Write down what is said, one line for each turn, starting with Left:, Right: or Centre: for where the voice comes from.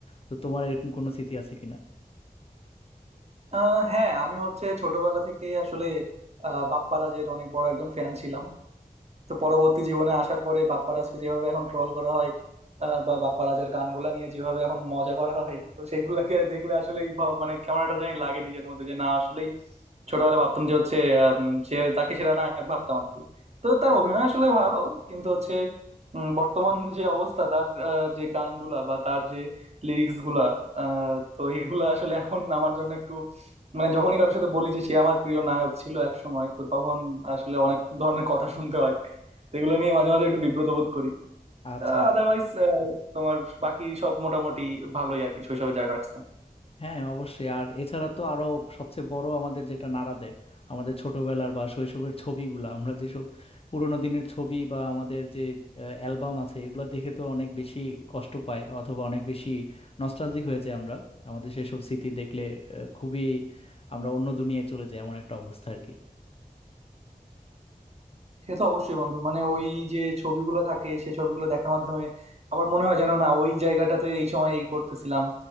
Left: তো তোমার এরকম কোনো স্মৃতি আছে কিনা
Right: আহ হ্যাঁ আমি হচ্ছে ছোটবেলা থেকে আসলে আহ বাপ্পারাজের অনেক বড় একজন ফ্যান ছিলাম তো পরবর্তী জীবনে আসার পরে বাপ্পারাজকে যেভাবে এখন ট্রল করা হয় আহ, বা বাপ্পারাজের গানগুলা নিয়ে যেভাবে এখন মজা করা হয় তো সেগুলোকে দেখলে আসলে মানে কেমন একটা জানি লাগে নিজের মধ্যে যে না আসলেই ছোটবেলায় ভাবতাম যে হচ্ছে আম, সে তাকে সেরা নায়ক ভাবতাম আর কি তো তার অভিনয় আসলে ভালো কিন্তু হচ্ছে উম, বর্তমান যে অবস্থা তার আহ, যে গানগুলা বা তার যে লিরিক্স গুলা আহ, তো এগুলা আসলে এখন আমার জন্য একটু মানে যখনই কারোর সাথে বলি যে সে আমার প্রিয় নায়ক ছিল এক সময় তো তখন আসলে অনেক ধরনের কথা শুনতে হয় তো এগুলো নিয়ে মাঝে মাঝে একটু বিব্রত বোধ করি
Left: আচ্ছা আচ্ছা
Right: আদারওয়াইজ তোমার বাকি সব মোটামুটি ভালোই আর কি শৈশবে যা কাটছে
Left: হ্যাঁ অবশ্যই আর এছাড়া তো আরো সবচেয়ে বড় আমাদের যেটা নাড়া দেয় আমাদের ছোটবেলার বা শৈশবের ছবিগুলো আমরা যেসব পুরোনো দিনের ছবি বা আমাদের যে অ্যালবাম আছে এগুলো দেখে তো অনেক বেশি কষ্ট পাই অথবা অনেক বেশি নস্টালজিক হয়ে যাই আমরা আমাদের সেসব স্মৃতি দেখলে আহ, খুবই আমরা অন্য দুনিয়ায় চলে যাই এমন একটা অবস্থা আর কি
Right: সে তো অবশ্যই বন্ধু মানে ওই যে ছবিগুলো থাকে সেই ছবিগুলো দেখার মাধ্যমে আবার মনে হয় যেন না ওই জায়গাটাতে এই সময় এই করতেছিলাম